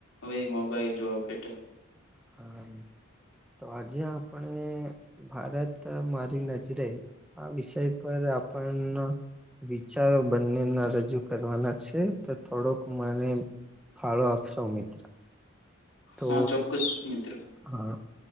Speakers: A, on the left; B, in the centre.
A: હવે મોબાઈલ જોવા બેટા
B: હા તો આજે આપણે ભારત મારી નજ જરે આ વિષય પર આપણ વિચારો બંને ના રજૂ કરવાના છે તો થોડોક મારે ફાળો આપશો મિત્ર. તો
A: હા ચોક્કસ મિત્ર
B: હા.